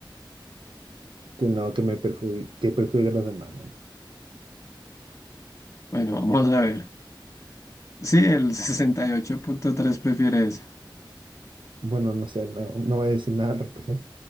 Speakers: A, on the right; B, on the left.
A: que no, que me perjudique, que perjudique a los demás, no.
B: Bueno, <laughs> vamos a ver. Sí, el sesenta y ocho punto tres prefiere esa.
A: Bueno, no sé, no, no voy a decir nada al respecto.